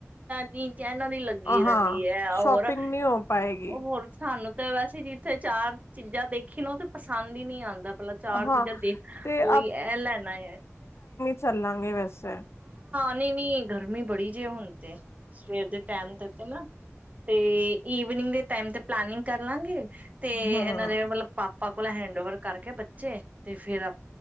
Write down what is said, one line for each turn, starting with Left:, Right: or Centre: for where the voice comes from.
Right: ਤਨ ਇਹਨਾਂ ਦੀ ਲੱਗੀ ਰਹਿੰਦੀ
Left: ਹਾਂ
Right: ਹੈ ਹੋਰ
Left: ਸ਼ੋਪਿੰਗ ਨਹੀਂ ਹੋ ਪਾਏਗੀ
Right: ਹੋਰ ਸਾਨੂੰ ਤੇ ਵੈਸੇ ਜ ਜਿੱਥੇ ਚਾਰ ਚੀਜ਼ਾਂ ਦੇਖੀ ਨੂੰ ਤੇ ਪਸੰਦ ਨਹੀਂ ਆਉਂਦਾ ਪਹਿਲਾਂ ਚਾਰ
Left: ਹਾਂ
Right: ਚੀਜ਼ਾਂ ਦੇਖ
Left: ਤੇ
Right: ਉਹੀ ਇਹ ਲੈਣਾ
Left: ਚੱਲ ਸਗੇ ਵੈਸ
Right: ਨੀ ਗਰਮੀ ਬੜੀ ਜਿਹੇ ਹੁਣ ਤੇ ਸਵੇਰ ਦੇ ਟੈਮ ਤੇ ਤੇ ਨਾ ਤੇ ਈਵਨਿੰਗ ਦੇ ਟਾਈਮ ਤੇ ਪਲਾਨਿੰਗ ਕਰ ਲਾਂਗੇ ਤੇ
Left: ਹਾਂ
Right: ਇਹਨਾਂ ਦੇ ਮਤਲਬ ਪਾਪਾ ਕੋਲ ਹੈਂਡ ਓਵਰ ਕਰਕੇ ਬ ਅੱਛੇ ਤੇ ਫੇਿਰ ਆਪ